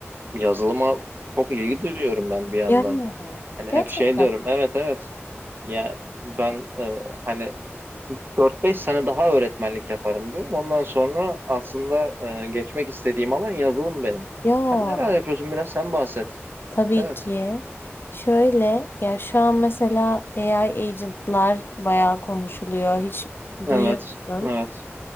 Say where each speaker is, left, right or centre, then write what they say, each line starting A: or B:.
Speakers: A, on the right (about 45°); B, on the left (about 50°).
A: yazılıma çok ilgi duyuyorum ben bir yandan.
B: Ya
A: Hani
B: gerçekten.
A: hep şey diyorum evet evet ya ben e, hani dört beş sene daha öğretmenlik yaparım diyorum. Ondan sonra aslında e, geçmek istediğim alan yazılım benim.
B: Ya
A: Sen neler yapıyorsun biraz sen bahset.
B: tabii
A: Evet
B: ki. Şöyle ya şu an mesela AI agentlar bayağı konuşuluyor. Hiç
A: evet
B: duyuyor musun?
A: evet